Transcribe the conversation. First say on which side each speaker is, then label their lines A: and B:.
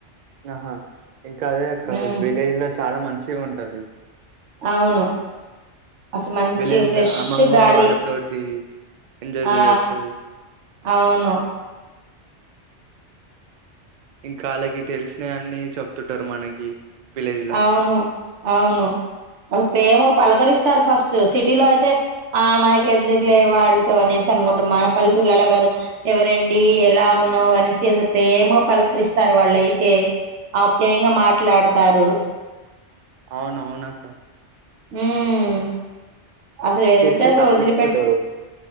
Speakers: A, on the right; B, on the right.
A: ఆహా ఇంకదే అక్క
B: ఉమ్
A: విలేజ్లొ చాలా మంచిగు. టది.
B: ఔను అసల్ మంచిగ
A: విలేజ్
B: ఫ్రెష్
A: లో అమ్మమ్మ
B: గాలి
A: వాళ్ళతోటి ఎంజాయ్
B: ఆ.
A: చేయొచ్చు
B: ఔను.
A: ఇంకాళ్ళకి తెలిసినయన్ని చొప్. టుటర్ మనకి విలేజ్ లా
B: ఔను ఔను వాల్ల్ ప్రేమగ పలకరిస్ సర్ ఫస్ట్ సిటీలో ఐతే ఆ మనకెందుకులే వాళ్తొ అనేసి అనుకుంటమ్ మన పల్లెటూళ్లలా కాదు ఎవరండి ఎలా ఉన్నావ్ అనంస్సిసి ప్రేమగ పలకరిస్తారు వాళ్ళైతె ఆప్యాయంగా మాట్లాడతారు.
A: ఔను ఔనక్క.
B: ఉమ్ అసల్ వెళ్తే
A: సిటీలో
B: అసలు
A: తప్పించుకుంటారు
B: వదిలిపెట్